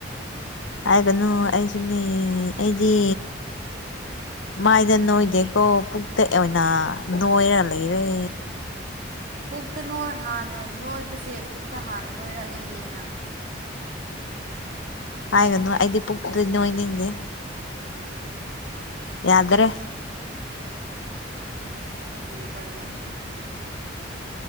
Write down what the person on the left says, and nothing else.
ꯍꯥꯏꯒꯅꯨ ꯑꯩꯁꯨꯅꯦ ꯑꯩꯗꯤ ꯃꯥꯏꯗ ꯅꯣꯏꯗꯦꯀꯣ ꯄꯨꯛꯇ ꯑꯣꯏꯅ ꯅꯣꯏꯔ ꯂꯩꯔꯦ꯫
ꯍꯥꯏꯒꯅꯨ ꯑꯩꯗꯤ ꯄꯨꯛꯇ ꯅꯣꯏꯅꯤꯡꯅꯦ꯫ ꯌꯥꯗ꯭ꯔꯦ